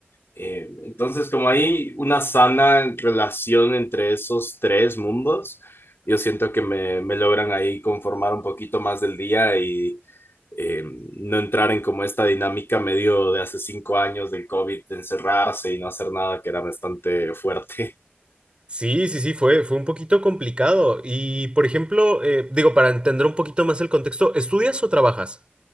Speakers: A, on the left (about 70°); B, on the right (about 25°).
A: Eh, entonces, como hay una sana relación entre esos tres mundos, yo siento que me, me logran ahí conformar un poquito más del día y eh, no entrar en como esta dinámica medio de hace cinco años del COVID, de encerrarse y no hacer nada, que era bastante fuerte. <laughs>
B: Sí, sí, sí, fue, fue un poquito complicado. Y, por ejemplo, eh, digo, para entender un poquito más el contexto, ¿estudias o trabajas?